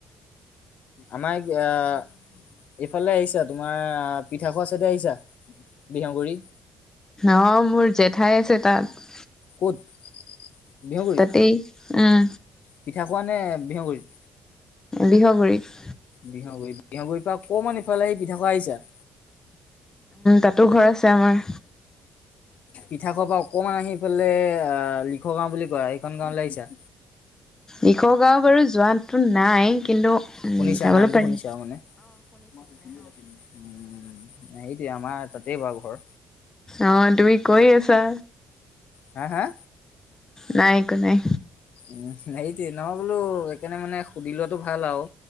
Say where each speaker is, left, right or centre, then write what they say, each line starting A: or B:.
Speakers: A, on the left; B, on the left.
A: আমাৰ অ' এইফালে আহিছা তোমাৰ পিঠা খোৱা চাইদে আহিছা? বিহগুৰি।
B: অ' মোৰ জেঠাই আছে তাত।
A: ক'ত বিহুগুৰি
B: তাতেই উম
A: পিঠা খোৱা নে বিহগুৰিত।
B: বিহগুৰিত?
A: বিহগুৰিত বিহগুৰিৰ পৰা অকমান ইফালে আহি পিঠা খোৱা আহিছা।
B: তাতো ঘৰ আছে আমাৰ।
A: পিঠা খোৱাৰ পৰা অকমান আহি পালে আহ লিখ গাওঁ বুলি কয় সেইখন গাওঁ লে আহিছা?
B: লিখ গাঁও বাৰু যোৱাটো নাই কিন্তু উ
A: শুনিছা
B: যাবলৈ
A: নামটো
B: পাৰিম।
A: শুনিছা মানে উম সেইটোৱে আমাৰ তাতেই বাৰু ঘৰ।
B: অ' তুমি কৈ আছা।
A: হাঁ হাঁ।
B: নাই একো নাই।
A: উ সেইটোৱে ন বোলো সেইকাৰণে মানে সুধি লোৱাটো ভাল আও।